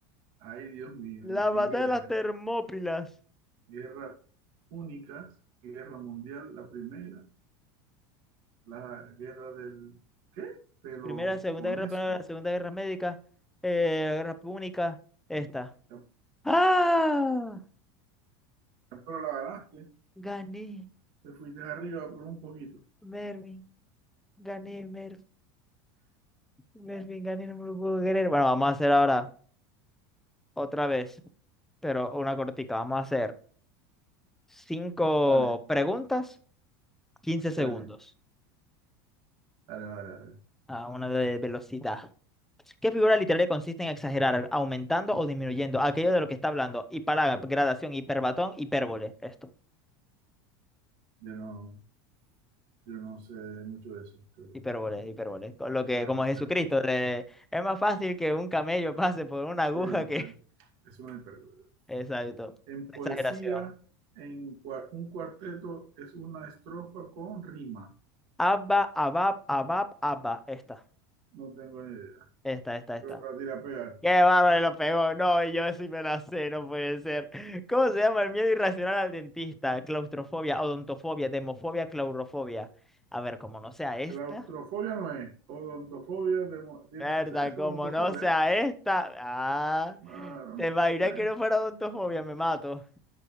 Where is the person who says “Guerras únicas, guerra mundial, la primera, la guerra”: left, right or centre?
Right